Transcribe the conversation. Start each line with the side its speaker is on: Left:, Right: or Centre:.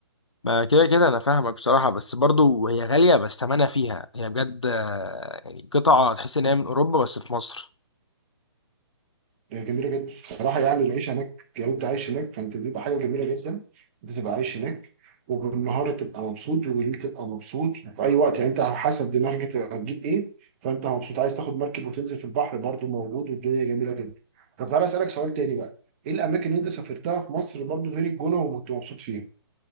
Left: ما كده كده انا فاهمك بصراحه بس برضو هي غاليه بس ثمنها فيها هي بجد آه، يعني قطعه تحس ان هي من اوروبا بس في مصر
Right: هي جميله جدا بصراحه يعني العيش هناك لو انت عايش هناك فانت تبقى حاجه جميله جدا انت تبقى عايش هناك وبالنهار تبقى مبسوط وبالليل تبقى مبسوط وفي اي وقت يعني انت على حسب دماغك انت هتجيب ايه فانت مبسوط عايز تاخد مركب وتنزل في البحر برضو موجود والدنيا جميله جدا طب تعالى اسالك سؤال تاني بقى ايه الاماكن اللي انت سافرتها في مصر برضو غير الجونه وكنت مبسوط فيها؟